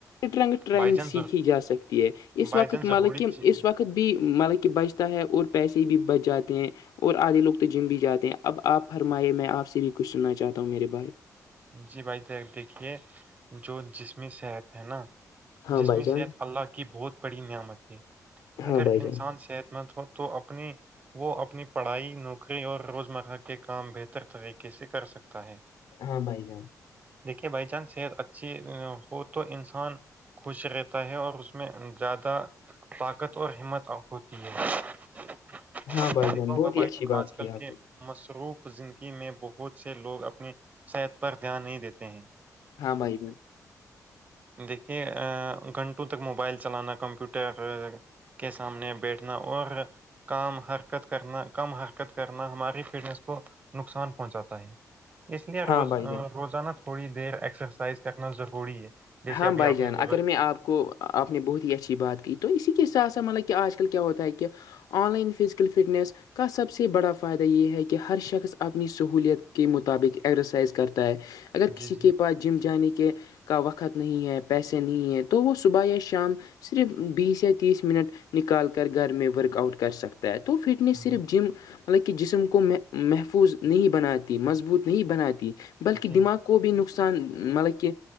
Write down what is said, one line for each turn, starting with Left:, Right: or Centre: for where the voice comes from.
Left: ٹ رنگ ٹریننگ
Right: بھائی جان ضرور
Left: سیکھی جا سکتی ہے اس
Right: بھائی
Left: وقت
Right: جان
Left: مطلب
Right: ضروری
Left: کہ
Right: چی-
Left: اس وقت بھی مطلب کہ بچتا ہے اور پیسے بھی بچ جاتے ہیں اور آدے لوگ تو جم بھی جاتے ہیں اب آپ فرمے میں آپ سے بھی کچھ سننا چاہتا ہوں میرے بھائی
Right: جی بھائی دیکھیے جو جسمی صحت ہے نا
Left: ہاں
Right: جس
Left: بھائی
Right: میں
Left: جان
Right: صحت اللہ کی بہت بڑی نعمت ہے
Left: ہاں
Right: اگر
Left: بھائی جان
Right: انسان صحت مند ہو تو اپنی وہ اپنی پڑھائی نوکری اور روز مرہ کے کام بہتر طریقے سے کر سکتا ہے
Left: ہاں بھائی ہاں
Right: دیکھیے بائی جانس صحت اچھی ہو تو انسان خوش رہتا ہے اور اس میں زیادہ طاقت اور ہمت ہوتی ہے آ
Left: ہاں
Right: میں
Left: بھائی
Right: دیکھا
Left: جان
Right: ہوگا
Left: بہت ہی
Right: بھائی
Left: اچھی
Right: جان
Left: بات
Right: آج کل
Left: کی آپ
Right: کے
Left: نے
Right: مصروف زندگی میں بہت سے لوگ اپنی صحت پر دھیان نہیں دیتے ہیں
Left: ہاں بھائی میرے
Right: دیکھیے ا گھنٹوں تک موبائل چلانا کمپیوٹر کے سامنے بیٹھنا اور کام حرکت کرنا کم حرکت کرنا ہماری فٹنیس کو نقصان پہنچاتا ہے اس لیے
Left: ہاں
Right: روز
Left: بھائی جان
Right: روزانہ تھوڑی دیر ایکسرسائز کرنا ضروری ہے جیسے
Left: ہاں
Right: ابھی
Left: بھائی
Right: آپ
Left: جان
Right: نے
Left: اگر
Right: بولا
Left: میں آپ کو آپ نے بہت ہی اچھی بات کی تو اسی کے حساتھ سا مطلب کہ آج کل کیا ہوتا ہے کہ آن لائن فزیکل فٹنیس کا سب سے بڑا فائدہ یہ ہے کہ ہر شخص اپنی سہولیت کے مطابق ایگزرسائز کرتا ہے اگر
Right: جی
Left: کسی
Right: جی
Left: کے پاس جم جانے کے کا وقت خت نہیں ہے پیسے نہیں ہے تو وہ صبح یا شام صرف بیس یا تیس منٹ نکال کر گھر میں ورک آؤٹ کر سکتا پ توو فٹنیس صرف
Right: جی
Left: جم حکہ جسم کو محفوظ نہیں بناتی مضبوط نہیں بناتی بلکہ
Right: جی
Left: دماغ کو بھی نقصان مطلب کہ